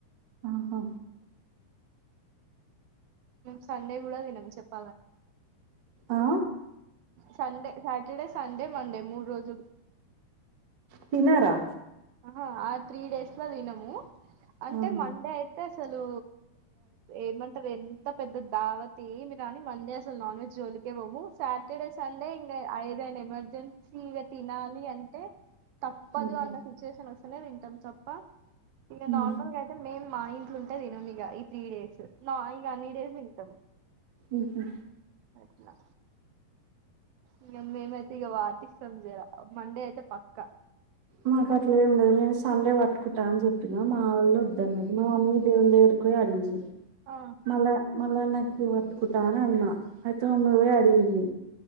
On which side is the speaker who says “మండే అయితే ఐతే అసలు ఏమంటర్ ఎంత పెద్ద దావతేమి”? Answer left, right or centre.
Right